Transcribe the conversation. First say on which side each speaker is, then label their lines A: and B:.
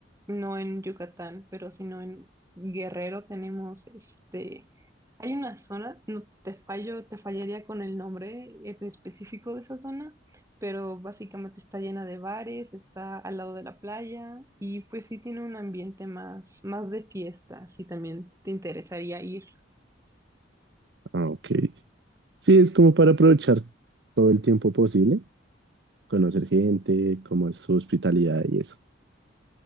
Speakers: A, on the right (about 15°); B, on the right (about 65°).
A: no en Yucatán, pero sino en Guerrero tenemos este, hay una zona, no te fallo, te fallaría con el nombre en específico de esa zona, pero básicamente está llena de bares, está al lado de la playa y pues sí tiene un ambiente más, más de fiesta, si también te interesaría ir.
B: Ah, ok. Sí, es como para aprovechar todo el tiempo posible. conocer gente, cómo es su hospitalidad y eso.